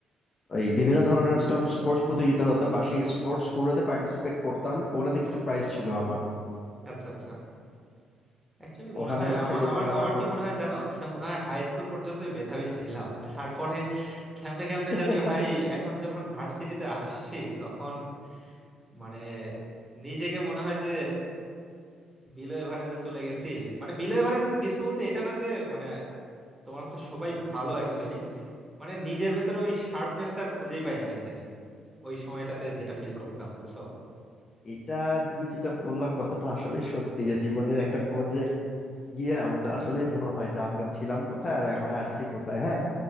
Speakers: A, on the left (about 40°); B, in the centre.
A: ওই বিভিন্ন ধরনের হচ্ছে তখন স্পোর্টস প্রতিযোগিতা হতো বার্ষিক স্পোর্টস ওগুলাতে পার্টিসিপেট করতাম ওগুলাতে কিছু প্রাইজ ছিল আমার
B: আচ্ছা আচ্ছা অ্যাকচুয়ালি
A: ওখানে
B: মনে হয়
A: হচ্ছে
B: আমার
A: যে
B: আমার
A: তোমার
B: আমার কি মনে হয় জানো <laughs> যে মনে হয় হাই স্কুল পর্যন্তই মেধাবী ছিলাম তারপরে কেমনে কেমনে
A: <laughs>
B: জানি ভাই এখন যখন ভার্সিটিতে আসছি তখন মানে নিজেকে মনে হয় যে বিলো এভারেজে চলে গেছি মানে বিলো এভারেজে গেছি বলতে এটা না যে মানে তোমার হচ্ছে সবাই ভালো অ্যাকচুয়ালি মানে নিজের ভেতরে ওই শার্পনেসটা খুঁজেই পাই না কেন জানি ওই সময়টাতে যেটা ফিল করতাম বুঝছো
A: এটা তুমি যেটা বললা কথাটা আসলে সত্যি যে জীবনের একটা পর্যায়ে গিয়ে আমাদের আসলে মনে হয় যে আমরা ছিলাম কোথায় আর এখন আসছি কোথায় হ্যাঁ